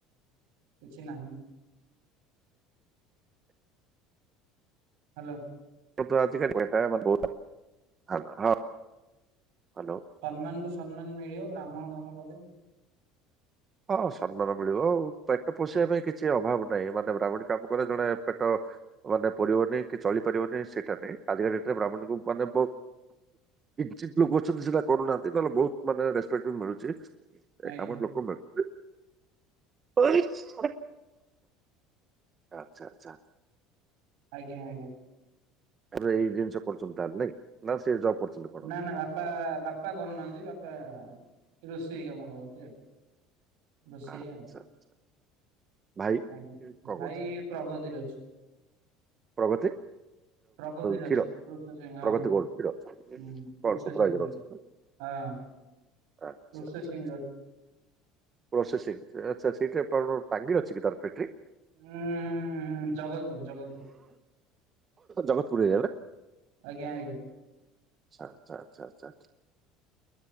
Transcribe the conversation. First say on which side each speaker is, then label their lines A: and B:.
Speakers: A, on the right; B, on the right.
A: କିଛି ନାହିଁ ହାଲୋ।
B: ଆଜିିକାେଟାହୁ ହ୍ୟାଲ ହଁ ହାଲୋ <unintelligible>
A: ସମ୍ମାନ କୁ ସମ୍ମାନ ମିଳିବ ବ୍ରାହ୍ମଣ କାମ କଲେ।
B: ହଁ ସମ୍ମାନ ମିଳିବ ଆଉ ପେଟ ପୋଷିବା ପାଇଁ କିଛି ଅଭାବ ନାହିଁ ମାନେ ବ୍ରାହ୍ମଣ କାମ କଲେ ଜଣେ ପେଟ ମାନେ ପଡିବନି କି ଚଳି ପାରିବନି ସେଇଟା ନାଇ ଆଜିକା ଡେରେ୍ରାହ୍ମଣଙ୍କୁ ମାନେ କିଛି ଲୋକ ଅଛନ୍ତି ସେଟା କରୁନାହାନ୍ତି ନହେଲେ ବହୁତ ମାନେରେପେକ୍ଟ ବି ମିଳୁଛି। ଏ
A: ଆଜ୍ଞା
B: କାମରେ ଲୋକ ମିଳୁ ଆଛା ଆଛା।
A: ଆଜ୍ଞା ଆଜ୍ଞା।
B: ଆ ଏଇ ଜିନିଷ କରୁଛନ୍ତି ତାହେଲେ ନାଇଁ ନା ସେ ଜବ୍ କରୁଛନ୍ତି। କଣ?
A: ନା ନା ବାପା ବାପା କରୁନାହାନ୍ତି ବାପା ରୋଷେଇ କାମ କରନ୍ତି ଆଉ ରୋଷେଇ
B: ଆଚ୍ଛା
A: ଆଉ
B: ଆଚ୍ଛା ଭାଇ
A: ଆଜ୍ଞା
B: କଣ
A: ଭାଇ
B: କରୁଛନ୍ତି
A: ପ୍ରଗତିରେ ଅଛି
B: ପ୍ରଗତି
A: ପ୍ରଗତିରେ
B: କ୍ଷୀର
A: ଅଛି ହଁ
B: ପ୍ରଗତି ଗୋଲ୍ଡ ଫିଡ୍ ଅଛି।
A: ହୁଁ ପ୍ରୋସେସିଙ୍ଗ
B: କଣ ସୁପରଭାଇଜର ଅଛନ୍ତି
A: ହଁ
B: ଆଚ୍ଛା
A: ପ୍ରୋସେସିଂ
B: ଆଚ୍ଛା ପ୍ରୋସେସିଂ ଆଚ୍ଛା ସେଇଟାଣ ଟାଙ୍ଗି ଅଛି କି ତାର ଫଟ୍ରି
A: ହୁଁ ହୁଁ ହୁଁ ଜଗତପୁର ଜଗତପୁର।
B: ଜଗତପୁର ଏରିଆରେ
A: ଆଜ୍ଞା ଆଜ୍ଞା
B: ଆଛା ଆଛା ଆଚଛା